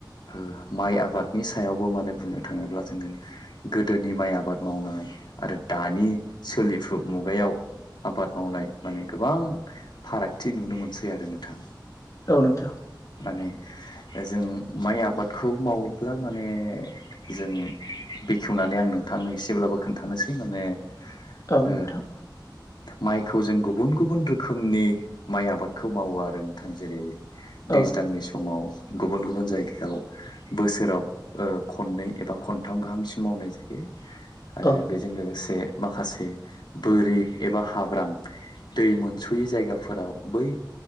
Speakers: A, on the left; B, on the left.
A: ओ माइ आबादनि सायावबो माने बुंनो थाङोब्ला जोङो। गोदोनि माइ आबाद मावनाय आरो दानि सोलिफु मुगायाव। आबाद मावनाय माने गोबां फारागथि नुनो मोनसै आरो नोंथां।
B: औ नोंथां
A: माने जों माइ आबादखौ मावोब्ला माने। जों बेखेवनानै आं नोंथांनो एसेब्लाबो खोन्थानोसै माने।
B: औ
A: ओ
B: नोंथां।
A: माइखौ जों गुबुन गुबुन रोखोमनि माइ आबादखौ मावो आरो नोंथां जेरै दैज्लांनि
B: औ
A: समाव गुबुन गुबुन जायगायाव, बोसोराव ओ खननै एबा खनथाम गाहामसिम मावनाय जायो आरो
B: औ
A: बे बेजों लोगोसे माखासे बोरि एबा हाब्रां दै मोनस'यै जायगाफोराव बै